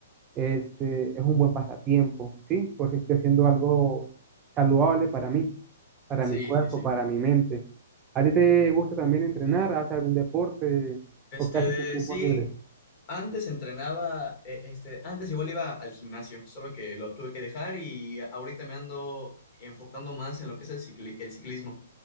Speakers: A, on the right; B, on the left.
A: este, es un buen pasatiempo, ¿sí? Porque estoy haciendo algo saludable para mí, para
B: sí,
A: mi cuerpo,
B: sí, sí.
A: para mi mente. ¿A ti te gusta también entrenar? ¿Haces algún deporte
B: Este,
A: o casi tus tiempos
B: sí,
A: libres?
B: antes entrenaba, eh, este, antes igual iba al gimnasio, solo que lo tuve que dejar y ahorita me ando enfocando más en lo que es el cicli- el ciclismo.